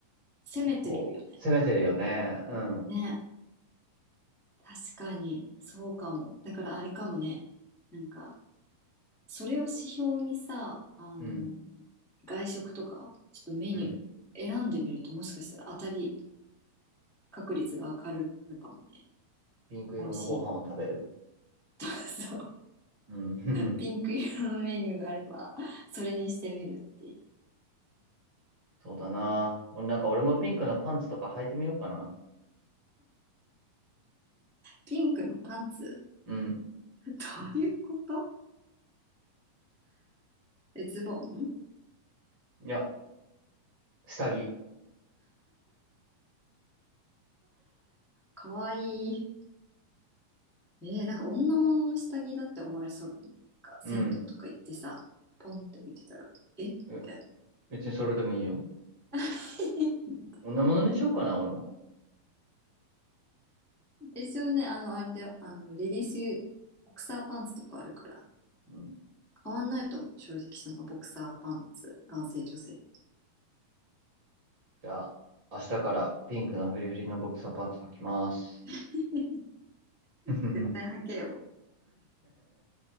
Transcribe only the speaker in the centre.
攻めてるよね。
ね。確かに、そうかも。だからあれかもね。なんか、それを指標にさ、あの外食とか、
ちょっとメニュー選んでみると、
もしかしたら当たり確率が上がるかもね。
美味しいの。<laughs> そう。
ピンク色のメニューがあれば、それにしてみるっていう。
ピンクのパンツ
<laughs> どういうことえ、ズボン
かわいい。えー、なんか女物の下着だって思われそうだね。なんか銭湯とか行ってさ、
ポンって置いてたら、えみたいな。
<laughs>
一応ね、あの、あれで、あの、レディース、ボクサーパンツとかあるから、
変わんないと思う。正直、そのボクサーパンツ、男性、女性。
うん <laughs>
絶対履けよ。